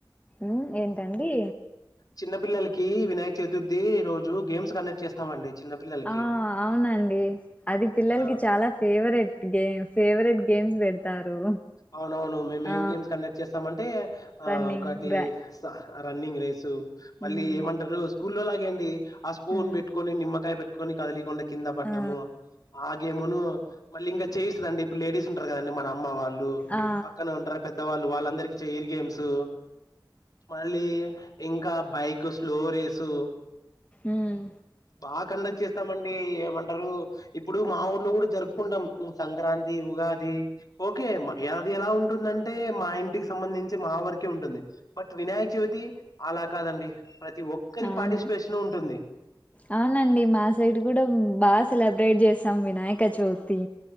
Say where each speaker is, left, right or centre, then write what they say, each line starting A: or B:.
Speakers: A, on the left (about 20°); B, on the left (about 50°).
A: ఉ ఏంటండి
B: చిన్న పిల్లలకి వినాయక చతుర్థి రోజు గేమ్స్ కండక్ట్ చేస్తామండి చిన్న పిల్లలకి
A: ఆ అవునండి అది పిల్లలకి
B: ఆ
A: చాలా ఫేవరెట్ గేమ్ ఫేవరెట్ గేమ్స్ పెడతారు
B: అవునవును మేము
A: ఆ
B: ఏం గేమ్స్ కండక్ట్ చేస్తామంటే ఆ
A: రన్నింగ్
B: ఒకటి
A: రా
B: రన్నింగ్ రేసు మళ్ళీ
A: ఉమ్
B: ఏమంటారు స్కూల్లోలాగ అండి ఆ స్పూన్
A: ఉమ్
B: పెట్కొని నిమ్కాయ పెట్క కొన్ని కదిలికుండా కింద పడ్డము
A: ఆ
B: ఆ గేమును మళ్ళీ ఇంకా చేయిస్తుదండి లేడీస్ ఉంటారు కదండి మనమ్ వాళ్ళు
A: ఆ
B: పక్కనే ఉంటారు పెద్దవాళ్ళు వాళ్ళ అందరికి చెైయిర్ గేమ్స్ మళ్ళీ ఇంకా బైక్ స్లో రేసు
A: ఉమ్
B: బాగా కండక్ట్ చేస్తామండి ఏమంటారు ఇప్పుడు మా ఊర్లో కూడా జరుపుకుంటాం సంక్రాంతి ఉగాది ఓకే ఏది ఎలా ఉంటుందంటే మా ఇంటికి సంబంధించి మా వరకే ఉంటుంది బట్ వినాయక చ్యవితి అలా కాదండి ప్రతి ఒక్కరి
A: అవున
B: పార్టిసిపేషన్ ఉంటుంది
A: అవునండి మా సైడ్ కూడా బాగా సెలబ్రేట్ చెస్ సం వినాయక జ్యోతి